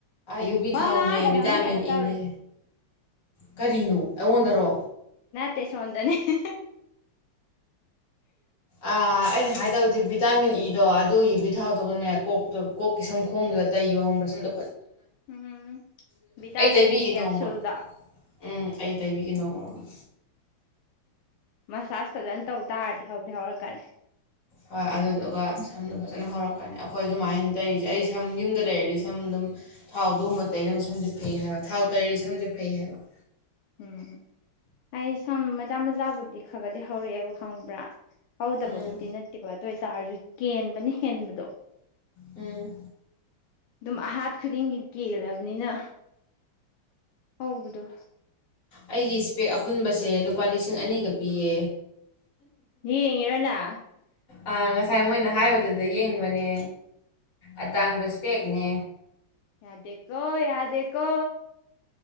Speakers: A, on the left (about 40°); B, on the left (about 80°).
A: ꯌꯨꯕꯤ
B: ꯋꯥ
A: ꯊꯥꯎꯅꯦ
B: ꯉꯥꯡꯉꯛꯀꯅꯣ
A: ꯚꯤꯇꯥꯃꯤꯟ
B: ꯃꯤ ꯀꯩꯅꯣ ꯇꯧꯔꯤ
A: ꯏꯅꯦ ꯀꯔꯤꯅꯣ ꯑꯩꯉꯣꯟꯗꯔꯣ
B: ꯇꯁꯣꯟꯗꯅꯤ <inaudible>
A: ꯑ ꯑꯩꯅ ꯍꯥꯏꯗꯧꯗꯤꯦꯕꯤ ꯚꯤꯇꯥꯃꯤꯟ ꯏꯗꯣ ꯑꯗꯨ ꯌꯨꯕꯤ ꯊꯥꯎꯗꯨꯒꯅꯦ ꯀꯣꯛꯇꯣ ꯀꯣꯛꯀꯤ ꯁꯪ ꯈꯣꯡꯗꯨꯗ ꯇꯩꯌꯣ ꯍꯪꯕ꯭ꯔꯥ ꯁꯨꯝꯗꯣ
B: ꯎꯝ ꯕꯤꯇꯥꯃꯤꯤꯟ
A: ꯑꯩ ꯇꯩꯕꯤꯒꯦ
B: ꯏ ꯀꯦꯞꯁꯨꯨꯜꯗ
A: ꯅꯣꯡꯃ ꯎꯝ ꯑꯩ ꯇꯥꯏꯕꯤꯒꯅꯣ ꯃ
B: ꯃꯁꯥꯥꯁ ꯐꯖꯅ ꯇꯧ ꯇꯥꯔꯗꯤ ꯍꯧꯗꯤ ꯍꯧꯔꯛꯀꯅꯤ
A: ꯍꯣꯏ ꯑꯗꯨꯗꯨꯒ ꯁꯝꯗꯣ ꯐꯖꯅ ꯍꯧꯔꯛꯀꯅꯤ ꯑꯩꯈꯣꯏ ꯑꯗꯨꯃꯥꯏꯅ ꯇꯩꯔꯤꯁꯦ ꯑꯩ ꯁꯝ ꯌꯨꯝꯗ ꯂꯩꯔꯗꯤ ꯁꯝ ꯑꯗꯨꯝ ꯊꯥꯎ ꯑꯗꯨꯒꯨꯝꯕ ꯇꯩꯗꯅ ꯁꯝꯁꯦ ꯐꯩ ꯍꯥꯏꯕ ꯊꯥꯎ ꯇꯩꯔꯗꯤ ꯁꯝꯁꯦ ꯐꯩ ꯍꯥꯏꯕ
B: ꯎꯝ ꯑꯩ ꯁ ꯆꯝꯖꯥꯕꯗꯤ ꯈꯔ ꯈꯗꯤ ꯍꯧꯔꯛꯑꯦꯕ ꯈꯪꯕ꯭ꯔꯥ ꯍꯧꯗꯕꯕꯨꯗꯤ
A: ꯎꯝ
B: ꯅꯠꯇꯦꯕ ꯑꯗꯨ ꯑꯣꯏꯇꯥꯔꯁꯨ ꯀꯦꯟꯕꯅ ꯍꯦꯟꯕꯗꯣ
A: ꯎꯝ
B: ꯑꯗꯨꯝ ꯑꯍꯥꯠ ꯈꯨꯗꯤꯡꯒꯤ ꯀꯦꯜꯂꯕꯅꯤꯅ ꯍꯧꯕꯗꯣ
A: ꯑꯩꯒꯤ ꯏꯁꯄꯦꯛ ꯑꯈꯨꯟꯕꯁꯦ ꯂꯨꯄꯥ ꯂꯤꯁꯤꯡ ꯑꯅꯤꯒ ꯄꯤꯌꯦ
B: ꯌꯦ ꯌꯦꯉ ꯏꯔꯣꯅꯥ
A: ꯑꯥ ꯉꯁꯥꯏ ꯃꯣꯏꯅ ꯍꯥꯏꯕꯗꯨꯗ ꯌꯦꯡꯕꯅꯦ ꯑꯇꯥꯡꯕꯁꯄꯦꯛꯅꯦ
B: ꯌꯥꯗꯦꯀꯣ ꯌꯥꯗꯦꯀꯣ